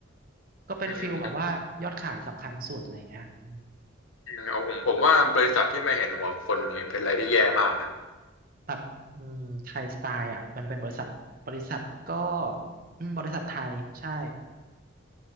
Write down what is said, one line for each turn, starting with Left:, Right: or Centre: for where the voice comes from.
Right: ก็เป็นฟิลแบบว่ายอดขายสำคัญสุดอะไรเงี้ยอืม
Left: อืมอืม เอาผมผมว่าบริษัทที่ไม่เห็นหัวคนนี่เป็นอะไรที่แย่มากนะ
Right: แบบอืมไทยสไตล์อ่ะมันเป็นบริษัทบริษัทก็อืมบริษัทไทยใช่